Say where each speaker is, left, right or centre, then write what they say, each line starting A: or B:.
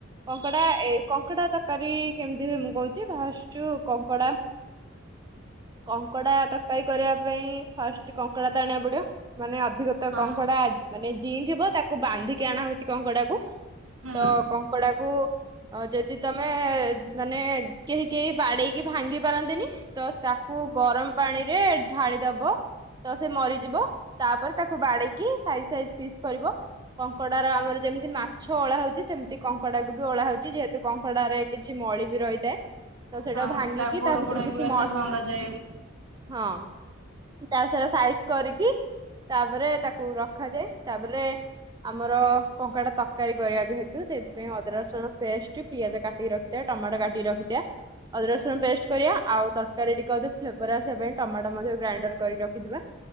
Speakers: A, on the right; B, on the right.
A: କଙ୍କଡା ଏ କଙ୍କଡା ତରକାରୀ କେମିତି ହୁଏ ମୁଁ କହୁଛି ଭାଜୁଛୁ କଙ୍କଡ଼ା କଙ୍କଡା ତରକାରୀ କରିବା ପାଇଁ ଫାଷ୍ଟ କଙ୍କଡା ତ ଆଣିବାକୁ ପଡିବ ମାନେ ଅଧିକତ
B: ହଁ
A: କଙ୍କଡା ମାନେ ଜିଇଁ ଥିବ ତାକୁ ବାନ୍ଧିକି ଆଣା ହଉଛି କଙ୍କଡାକୁ
B: ହୁଁ
A: ତ କଙ୍କଡାକୁ ଆଉ ଯଦି ତମେ ମାନେ କେହି କେହି ବାଡେଇକି ଭାଙ୍ଗି ପାରନ୍ତିନି ତ ତାକୁ ଗରମ ପାଣିରେ ଢାଳିଦବ ତ ସେ ମରିଯିବ ତାପରେ ତାକୁ ବାଡେଇକି ସାଇଜ ସାଇଜ ପିସ୍ କରିବ କଙ୍କଡାର ଆମର ଯେମିତି ମା - ଛଅ ଓଳା ହଉଛି ସେମିତି କଙ୍କଡା କ ବି ଓଳା ହଉଛି ଯେହେତୁ କଙ୍କଡାରେ କିଛି ମଳି ବି ରହିଥାଏ। ତ ସେଇଟା
B: ହଁ
A: ଭାଙ୍ଗିକି
B: ଗୋଡ
A: ତା ଭିତରୁ
B: ଫୋଡ
A: କିଛି
B: ଏଗୁଡା
A: ମ
B: ସବୁ ଭଙ୍ଗା ଯାଏ ବି।
A: ହଁ ତାପରେ ସାଇଜ କରିକି ତାପରେ ତାକୁ ରଖାଯାଏ ତାପରେ ଆମର କଙ୍କଡା ତ ତରକାରୀ କରିବା ଯେହେତୁ ସେଥିପାଇଁ ଅଦା ରସୁଣ ପେଷ୍ଟ ପିଆଜ କାଟିକି ରଖିବା ଟମାଟୋ କାଟିକୀ ରଖିବା ଅଦା ରସୁଣ ପେଷ୍ଟ କରିବା ଆଉ ତରକାରୀ ଟିକେ ଅଧେ ଫ୍ଲେଭର ଆସିବା ପାଇଁ ଟମାଟୋ ମଧ୍ୟ ଗ୍ରାଇଣ୍ଡର କରି ରଖିଥିବା